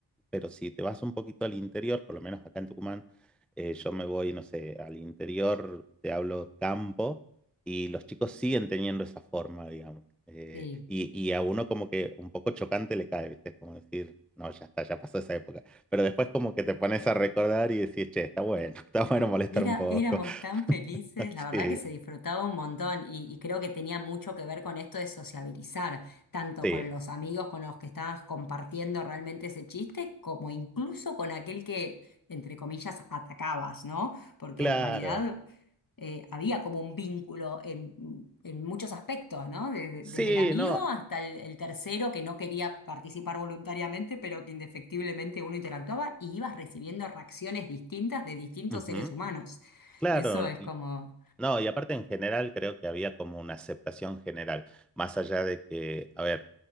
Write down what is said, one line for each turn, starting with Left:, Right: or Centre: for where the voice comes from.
Centre: pero si te vas un poquito al interior, por lo menos acá en Tucumán, eh, yo me voy, no sé, al interior, te hablo campo, y los chicos siguen teniendo esa forma, digamos. Eh,
Left: Sí.
Centre: y, y a uno como que un poco chocante le cae, ¿viste? Es como decir, no, ya está, ya pasó esa época. Pero después como que te pones a recordar y decís, che, está bueno, <laughs> está bueno molestar
Left: Y era-
Centre: un poco.
Left: éramos tan
Centre: <laughs>
Left: felices, la
Centre: Sí,
Left: verdad que se disfrutaba un montón y, y creo que tenía mucho que ver con esto de sociabilizar, tanto
Centre: sí,
Left: con los amigos con los que estabas compartiendo realmente ese chiste, como incluso con aquel que, entre comillas, atacabas, ¿no? Porque
Centre: claro.
Left: en realidad eh, había como un vínculo en, en muchos aspectos, ¿no? Desde,
Centre: Sí,
Left: desde el amigo
Centre: no,
Left: hasta el, el tercero que no quería participar voluntariamente, pero que indefectiblemente uno interactuaba y ibas recibiendo reacciones distintas de distintos
Centre: ujú,
Left: seres humanos.
Centre: claro.
Left: Eso es como
Centre: No, y aparte en general creo que había como una aceptación general, más allá de que, a ver,